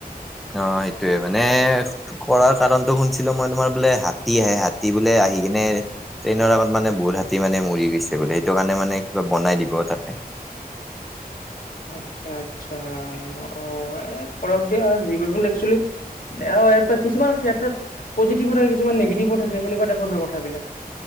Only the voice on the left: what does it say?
আচ্ছা আচ্ছা অ। কৰৰক দিয়া যি এক্সচলি বেয়া হয় কিছুমান ক্ষেত্ৰত। পজিটিভ হয় কিছোমান নিগেটিভু থাকে সনেকুৱা টইপৰ হয় কথাবিলাক।